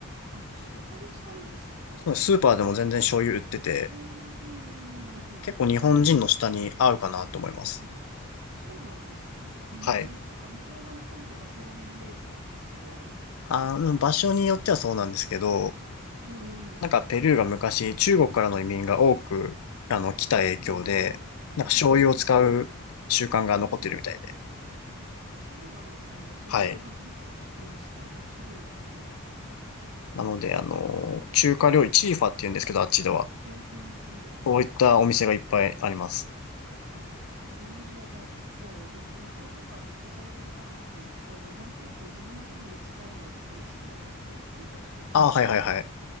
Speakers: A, on the right; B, on the left.
A: あ、しょ、お醤油使うんですか
B: スーパーでも全然醤油売ってて、
A: ええええええええ日本の醤油。
B: 結構日本人の舌に合うかなと思います。
A: あ、そうなんですね。ええなんか豆の煮込みとかそういうイメージなんですけど。
B: はい。あの、場所によってはそうなんですけど、
A: ええ
B: なんかペルーが昔中国からの移民が多く、あの、
A: ああ、
B: 来た影響で、
A: ええええ
B: なんか醤油を使う習慣が残ってるみたいで。
A: ええあ、そうなんですね。それは初めて聞きました。
B: はい。
A: 面白いですね。
B: なので、あの、中華料理、チーファって言うんですけど、あっちでは。
A: ええ
B: こういったお店がいっぱいあります。
A: あ、なるほど。じゃあ結構旅、旅行とかずっとされてる方って、こう、なんとなく自分の国に近い料理恋しくなるって言うじゃないですか。
B: ああ、はいはいはい。